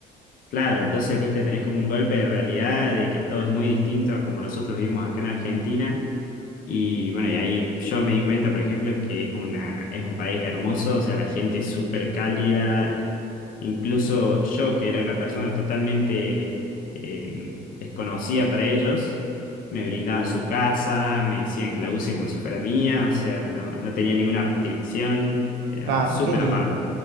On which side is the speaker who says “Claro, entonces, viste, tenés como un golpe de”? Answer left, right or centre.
Left